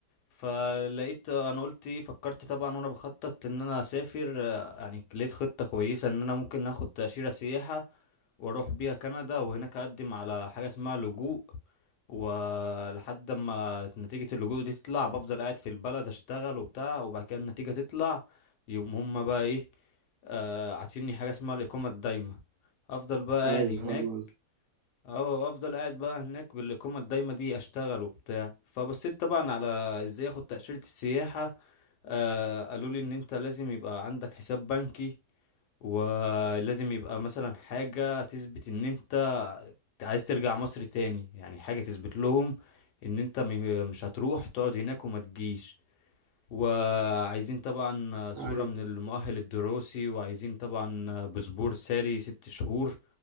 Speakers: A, on the left; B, on the right.
A: فلقيت انا قلت ايه فكرت طبعا وانا بخطط ان انا اسافر آه، يعني لقيت خطة كويسة ان انا ممكن اخد تأشيرة سياحة واروح بيها كندا وهناك اقدم على حاجة اسمها لجوء ولحد ما نتيجة اللجوء دي تطلع بفضل قاعد في البلد اشتغل وبتاع وبعد كده النتيجة تطلع يقوم هما بقى ايه آه، عاطيني حاجة اسمها الإقامة الدايمة أفضل بقى
B: ايوه
A: قاعد هناك
B: فاهم قصدي
A: اه افضل قاعد بقى هناك بالاقامه الدايمه دي اشتغل وبتاع فبصيت طبعا على ازاي اخد تاشيره السياحه آه قالوا لي ان انت لازم يبقى عندك حساب بنكي ولازم يبقى مثلا حاجه تثبت ان انت عايز ترجع مصر تاني يعني حاجه تثبت لهم ان انت م- مش هتروح تقعد هناك وما تجيش وعايزين طبعا صوره
B: ايوه
A: من المؤهل الدراسي وعايزين طبعا باسبور ساري ست شهور